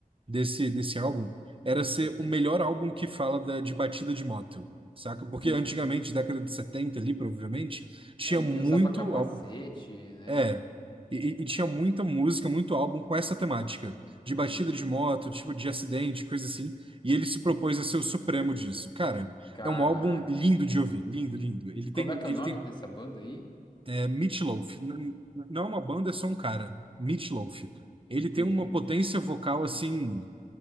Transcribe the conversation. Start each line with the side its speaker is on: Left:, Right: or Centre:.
Right: desse, desse álbum era ser
Left: uhum,
Right: o melhor álbum que fala da, de batida de moto, saca? Porque
Left: Entendi.
Right: antigamente, década de 70 ali, provavelmente, tinha
Left: É, ninguém
Right: muito
Left: usava capacete,
Right: álbum.
Left: né?
Right: É,
Left: E-
Right: e, e e tinha muita música, muito álbum com essa temática, de
Left: uhum.
Right: batida de moto, tipo de acidente, coisa assim. E ele se propôs a ser o supremo disso. Cara,
Left: Caraca.
Right: é um álbum lindo de ouvir, lindo, lindo. Ele tem,
Left: Como é que
Right: ele
Left: é o nome
Right: tem
Left: dessa banda aí?
Right: é Meatloaf. N- n- Não é uma banda, é só um cara. Meatloaf. Ele
Left: Entendi.
Right: tem uma potência vocal assim